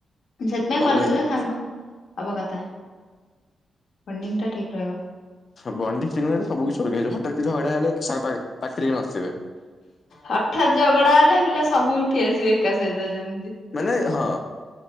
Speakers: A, on the left (about 80°); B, on the left (about 45°).
A: ସେଥିପାଇଁ
B: କଲେଜରେ
A: ସାଙ୍ଗ ହବା କଥା ବଣ୍ଡିଙ୍ଗ୍ ଟା ଠିକ ରିହିବ।
B: ବଣ୍ଡିଙ୍ଗ୍ତ ଠିକ ନ ରହିଲେ ସବୁ କିଛି ଅଲଗା ହେଇଯିବ ହଠାତ୍ କିଛି ଝଗଡା ହେଲେ ସାଙ୍ଗ ପାଖ ପାଖରେ କି ଆସିବେ
A: ହଠାତ୍ ଝଗଡା ହେଲେ ପିଲା ସବୁ ଉଠି ଆସିବେ। ଏକା ସହିତ ଯେମିତି
B: ମାନେ ହଁ